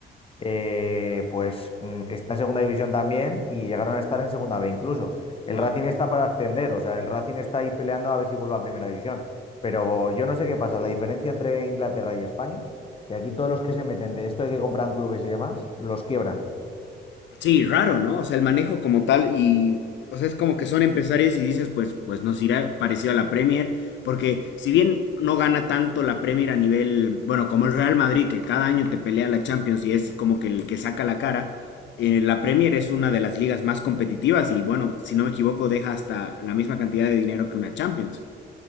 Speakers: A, on the left; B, on the left.
A: eh, pues mm, está en segunda división también y llegaron a estar en segunda B incluso. El
B: Wow.
A: Racing está para ascender, o sea, el Racing está ahí peleando a ver si vuelve a primera división. Pero yo no sé qué pasa, la diferencia entre Inglaterra y España, que aquí todos los que se meten de esto de que compran clubes y demás, los quiebran.
B: Sí, raro, ¿no? O sea, el manejo como tal y, o sea, es como que son empresarios y dices, pues, pues nos irá parecido a la Premier, porque si bien no gana tanto la Premier a nivel, bueno, como el Real Madrid, que cada año te pelea la Champions y es como que el que saca la cara, eh, la Premier es una de las ligas más competitivas y, bueno, si no me equivoco, deja hasta la misma cantidad de dinero que una Champions.